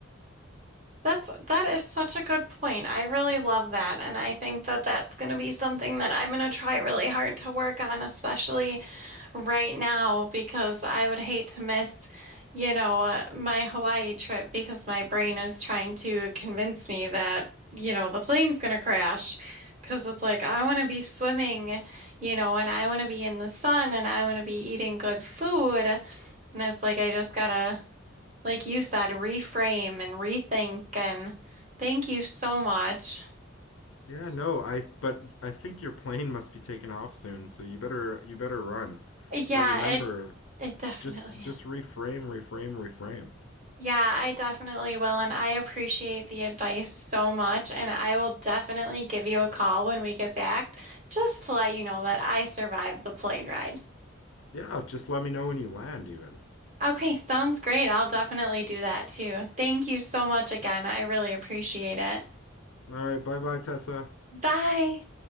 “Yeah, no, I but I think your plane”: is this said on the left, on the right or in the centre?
Left